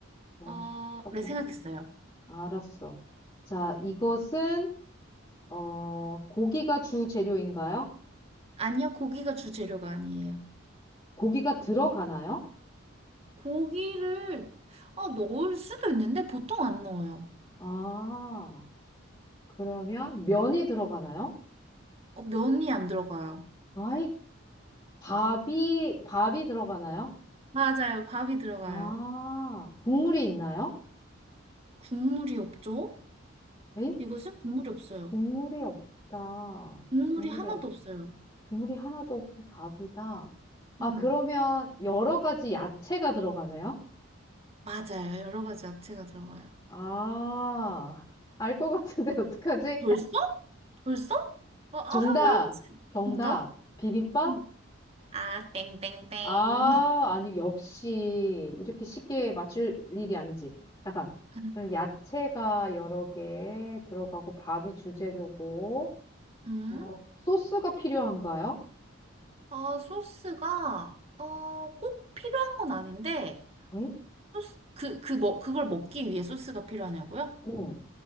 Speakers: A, on the left (about 20°); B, on the right (about 30°).
A: 와,
B: 어,
A: 쉽다고.
B: 네, 생각했어요.
A: 알았어. 자, 이것은, 어, 고기가 주 재료인가요?
B: 아니요, 고기가 주재료가 아니에요.
A: 고기가 들어가나요?
B: 고기를 어, 넣을 수도 있는데 보통 안 넣어요.
A: 아, 그러면 면이 들어가나요?
B: 어, 면이 안 들어가요.
A: 아이, 밥이, 밥이 들어가나요?
B: 맞아요, 밥이 들어가요.
A: 아, 국물이 있나요?
B: 국물이 없죠?
A: 에이?
B: 이것은 국물이 없어요.
A: 국물이 없다.
B: 국물이
A: 국물이
B: 하나도
A: 없,
B: 없어요.
A: 국물이 하나도 없고 밥이다. 아,
B: 음,
A: 그러면 여러 가지 야채가 들어가나요?
B: 맞아요. 여러 가지 야채가 들어가요.
A: 아, 알 것 같은데 <laughs> 어떡하지?
B: 벌써? 벌써? 어, 아,
A: 정답,
B: 해봐, 해보세요.
A: 정답.
B: 정답?
A: 비빔밥?
B: 응. 아, 땡땡땡.
A: 아, 아니, 역시 이렇게 쉽게 맞출 일이 아니지. 잠깐.
B: <laughs>
A: 그럼 야채가 여러 개 들어가고 밥이 주재료고
B: 음?
A: 어, 소스가 필요한가요?
B: 아, 소스가, 어, 꼭 필요한 건 아닌데,
A: 에이?
B: 소스, 그, 그, 뭐, 그걸 먹기 위해 소스가 필요하냐고요?
A: 응.